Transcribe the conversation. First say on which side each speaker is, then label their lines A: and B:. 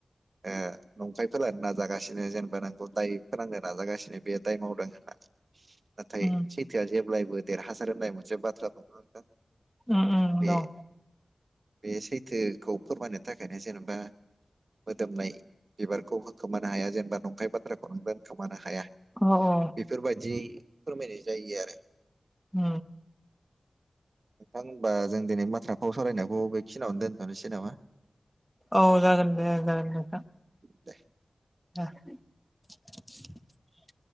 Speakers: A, on the right (about 60°); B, in the centre.
A: ओ नंखाय फोलानो नाजागासिनो जेनेबा नोंखौ दाय फोनांनो नाजागासिनो बे दाय मावदों होनना नाथाय
B: उम
A: सैथोआ जेब्लायबो देरहासार होननाय मोनसे बाथ्रा दं ना नोंथां?
B: उ उ
A: बे
B: दं
A: बे सैथोखौ फोरमायनो थाखायनो जेनेबा मोदोमनाय बिबारखौ होखोमानो हाया जेनेबा नंखाय बाथ्राखौ नोंदों खोमानो हाया
B: औ औ
A: बेफोरबायदि फोरमायनाय जायो आरो
B: उ
A: नोंथां होनबा जों दिनै बाथ्रा फाव सावरायनायखौ बेखिनियावनो दोनथ'नोसै नामा?
B: औ जागोन दे जागोन दे नोंथां
A: दे
B: <inaudible>